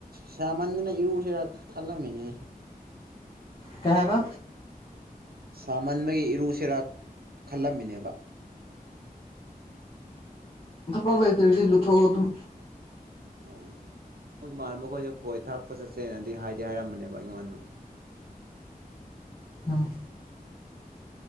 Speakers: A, on the right; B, on the left.
A: ꯁꯃꯥꯟꯗꯅ ꯏꯔꯨꯁꯤꯔ ꯈꯜꯂꯝꯃꯤꯅꯦ
B: ꯀꯩ ꯍꯥꯏꯕ
A: ꯁꯥꯃꯟꯕꯒꯤ ꯏꯔꯨ ꯁꯦꯔ ꯈꯜꯂꯝꯃꯤꯅꯦꯕ
B: ꯊꯕꯛ ꯂꯩꯇ꯭ꯔꯗꯤ ꯂꯨꯊꯣꯛ ꯑꯣ ꯑꯗꯨꯝ
A: ꯎꯝ ꯃꯣꯏ ꯏꯃꯅꯕ ꯈꯣꯏꯁꯨ ꯈꯣꯏ ꯊꯥꯛꯄ ꯆꯠꯁꯦꯅꯗꯤ ꯍꯥꯏꯗꯤ ꯍꯥꯏꯔꯝꯕꯅꯦꯕ ꯑꯩꯉꯣꯟꯗ
B: ꯎꯝ